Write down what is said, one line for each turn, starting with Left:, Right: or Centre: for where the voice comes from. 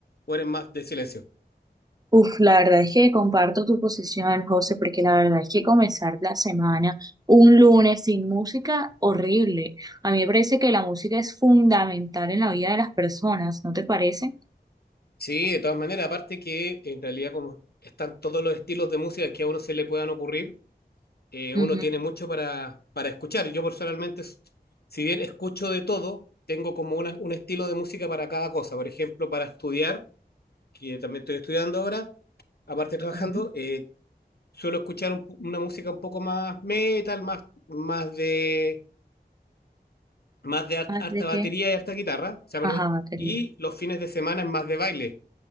Left: o eres más de silencio?
Right: Uf, la verdad es que comparto tu posición, José, porque la verdad es que comenzar la semana un lunes sin música, horrible. A mí me parece que la música es fundamental en la vida de las personas, ¿no te parece?
Left: Sí, de todas maneras, aparte que en realidad como están todos los estilos de música que a uno se le puedan ocurrir, eh,
Right: Ujú,
Left: uno tiene mucho para, para escuchar. Yo personalmente, s- si bien escucho de todo, tengo como una- un estilo de música para cada cosa. Por ejemplo, para estudiar. que también estoy estudiando ahora, aparte de trabajando,
Right: ujú.
Left: eh, suelo escuchar un- pu- una música un poco más metal, más, más de, más de har-
Right: ¿Más
Left: harta
Right: de
Left: batería
Right: qué?
Left: y harta guitarra, o sea, perdón,
Right: Ajá, batería.
Left: y los fines de semana es más de baile.